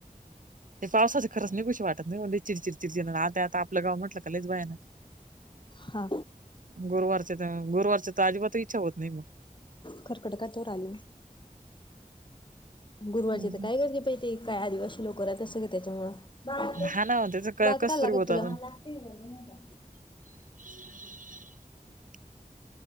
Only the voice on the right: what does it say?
ते पावसाच खरंच नाही कुशी वाटत नाही म्हली. चिडचिड चिडचिड आता आता आपलं गाव म्हटलं लईच भयानक.
गुरुवारच्या गुरुवारच्या तर अजिबात इच्छा होत नाही मग.
हम्म.
हा ना त्याच
कस
तरी
होत
अजून
<inaudible>